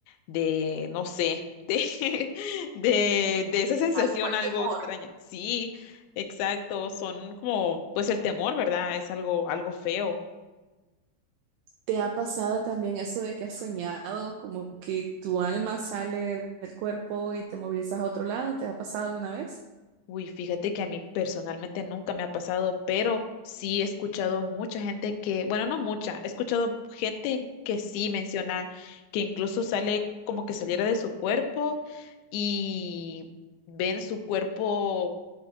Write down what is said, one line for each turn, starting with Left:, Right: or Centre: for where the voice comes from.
Left: de, no sé, de, <laughs> de, de esa sensación
Right: Ah, como el
Left: algo
Right: temor.
Left: extraña. Sí, exacto, son como, pues el temor, ¿verdad? Es algo, algo feo.
Right: ¿Te ha pasado también eso de que has soñado, como que tu alma sale del cuerpo y te movilizas a otro lado? ¿Te ha pasado alguna vez?
Left: Uy, fíjate que a mí personalmente nunca me ha pasado, pero sí he escuchado mucha gente que, bueno, no mucha, he escuchado gente que sí menciona que incluso sale como que saliera de su cuerpo y ven su cuerpo